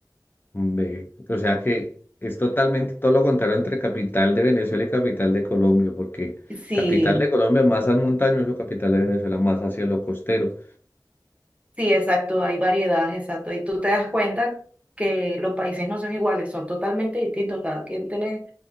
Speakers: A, on the left (about 30°); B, on the right (about 15°).
A: Ve, o sea que es totalmente todo lo contrario entre capital de Venezuela y capital de Colombia, porque
B: Sí,
A: capital de Colombia más al montañoso, capital de Venezuela más hacia lo costero.
B: Sí, exacto, hay variedades, exacto. Y tú te das cuenta que los países no son iguales, son totalmente distintos. Cada quien tiene